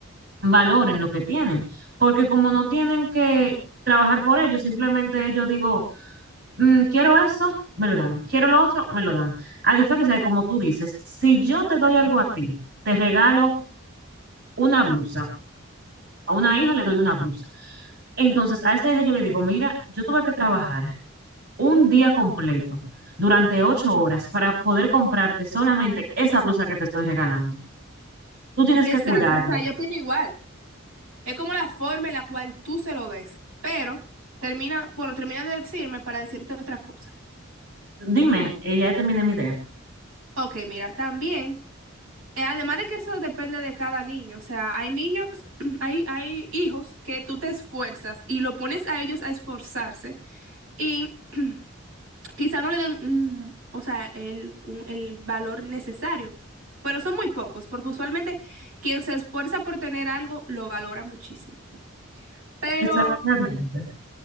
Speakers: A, on the right; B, on the right.
A: valoren lo que tienen, porque como no tienen que trabajar por ello, simplemente ellos digo, mm, quiero esto, me lo dan, quiero lo otro, me lo dan. A diferencia de como tú dices, si yo te doy algo a ti, te regalo una blusa, a una hija le doy una blusa. Entonces, a esa hija yo le digo, mira, yo tuve que trabajar un día completo durante ocho horas para poder comprarte solamente esa blusa que te estoy regalando. Tú tienes
B: exacto,
A: que cuidarla.
B: o sea, yo opino igual. Es como la forma en la cual tú se lo ves, pero termina, bueno, termina de decirme para decirte otra cosa.
A: Dime, eh, ya terminé mi idea.
B: Ok, mira, también. Eh, Además de que eso depende de cada niño, o sea, hay niños, <clears throat> hay, hay hijos que tú te esfuerzas y lo pones a ellos a esforzarse y <clears throat> quizá no le den un, o sea, el, un- el valor necesario, pero son muy pocos, porque usualmente quien se esfuerza por tener algo lo valora muchísimo. Pero
A: Exactamente.